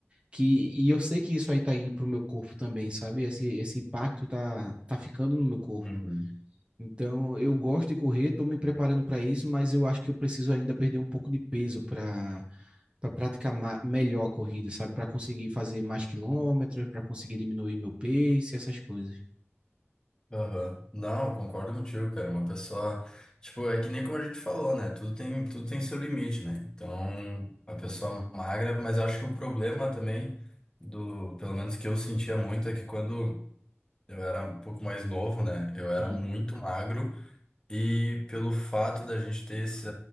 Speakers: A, on the right (about 25°); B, on the left (about 15°).
A: que e eu sei que isso aí tá indo pro meu corpo também, sabe? Esse esse impacto tá tá ficando no meu corpo.
B: Uhum.
A: Então, eu gosto de correr, estou me preparando para isso, mas eu acho que eu preciso ainda perder um pouco de peso para para praticar ma- melhor a corrida, sabe? Para conseguir fazer mais quilômetros, para conseguir diminuir meu pace, essas coisas.
B: Aham. Não, concordo contigo, cara. Uma pessoa, tipo, é que nem como a gente falou, né? Tudo tem, tudo tem seu limite, né? Então, a pessoa magra, mas acho que o problema também do, pelo menos que eu sentia muito, é que quando eu era um pouco mais novo, né? Eu era
A: Hum,
B: muito magro e pelo fato da gente ter esse,